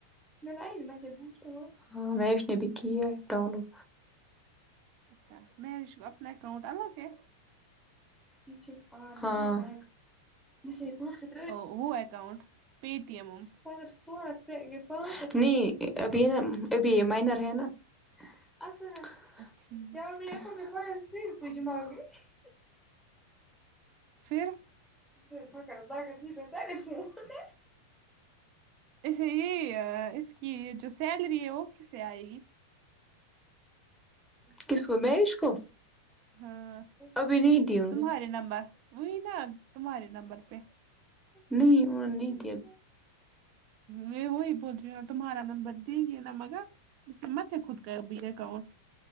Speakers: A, in the centre; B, on the right (about 45°).
A: <unintelligible> ہاں میش نے بھی کی ہے ڈاؤن لوڈ
B: اچھا میش اپنا اکاؤنٹ الگ ہے
A: ہاں
B: او وہ اکاؤنٹ پے ٹی ایمم
A: پر <unintelligible> نہیں ابھی ہے نا ابھی یے مائنر ہے نا <unintelligible>
B: ٹھیک فیر
A: <unintelligible>
B: اسے یے اس کی یے جو سیلری ہے وہ کیسے آئے گی
A: کس کو میش کو
B: ہاں
A: ابھی نہیں دی انہوں
B: تمہارے
A: نے
B: نمبر وہی نا تمہارے نمبر پے
A: نہیں انہوں نے نہیں دیا
B: میں وہی بول رہی ہو نہ تمہارا نمبر دیں گے مگر اسے مت خود کا ابی اکاؤنٹ